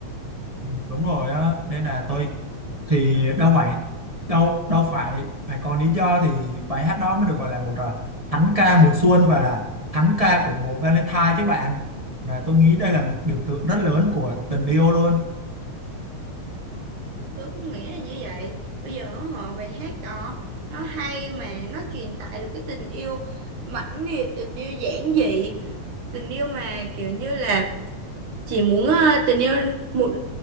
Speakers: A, on the right; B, on the right.
A: đúng rồi á nên là tôi thì đâu phải đâu đâu phải phải có lý do thì bài hát đó mới được gọi là một à, thánh ca mùa xuân và là thánh ca của mùa Valentine chứ bạn mà tôi nghĩ đây là một biểu tượng rất lớn của tình yêu luôn
B: tôi cũng nghĩ là như vậy bây giờ họ bài hát đó nó hay mà nó truyền tải được cái tình yêu mãnh liệt tình yêu giản dị tình yêu mà kiểu như là chỉ muốn ờ, tình yêu một